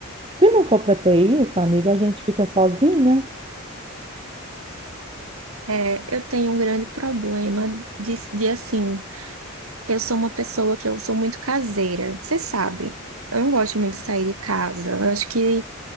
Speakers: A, on the right (about 25°); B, on the right (about 75°).
A: Se não for para ter isso, amiga, a gente fica sozinha.
B: é, eu tenho um grande problema de, de assim, eu sou uma pessoa que eu sou muito caseira, você sabe. Eu não gosto muito de sair de casa. Eu acho que